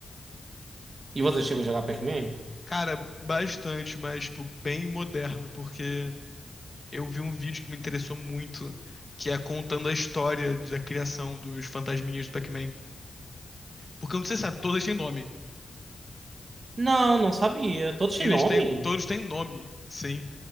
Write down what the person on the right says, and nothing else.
E você chegou a jogar Pac-Man?
Não, não sabia. Todos
têm nome?